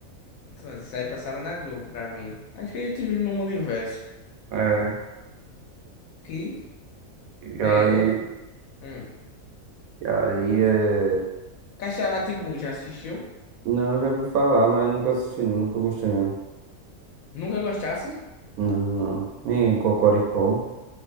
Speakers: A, on the left; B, on the right.
A: Então, isso aí passava na Globo pra mim. Acho que a gente vive num mundo inverso.
B: É.
A: Que
B: E
A: é
B: aí.
A: outro. hum.
B: E aí é.
A: Castelo rá já assistiu?
B: Não, já vi falar, mas nunca assisti, não, nunca gostei, não.
A: Nunca gostasse?
B: Não, não. Nem Cocoricó.